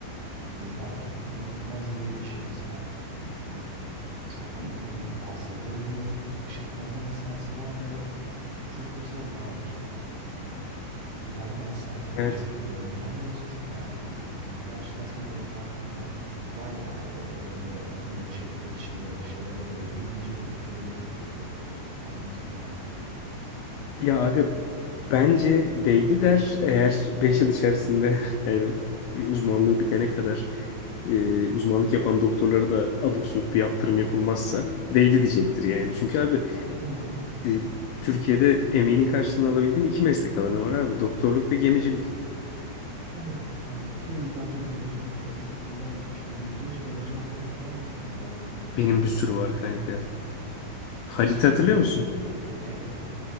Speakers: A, on the right; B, on the left.
A: Gürler inanılmaz bir şeye sahip. Hani çok inan fazla yoruluyor. Aşırı fazla mesaisi var ve bu çocuk mesela ne yapacak? Hani ileride nasıl hatırlayacak
B: Evet.
A: bu günleri? Ben bunu mesela çok merak ediyorum. Hani gerçekten şöyle dönüp baktığında vay be abi benim de bu çektiğim çilelere şeylere değdi mi diyecek yoksa böyle çok mu sövecek? Ben bunu çok merak ediyorum.
B: Ya aga bence değdi der eğer 5 yıl içerisinde <laughs> yani uzmanlığı bitene kadar e, uzmanlık yapan doktorlara da abuk subuk bir yaptırım yapılmazsa değdi diyecektir yani. Çünkü abi
A: E, Yani umarım
B: e, Türkiye'de emeğinin karşılığını alabildiğin iki meslek alanı var abi doktorluk ve gemicilik.
A: tabii. Hani ki bence gemicilik o şekilde şey değil. Bizim hiç gemici arkadaş var mı bu arada ya tanıdığımız
B: Benim
A: birisi?
B: bir sürü var kanka. Halit'i
A: Gerçekten
B: hatırlıyor
A: mi?
B: musun?
A: Evet.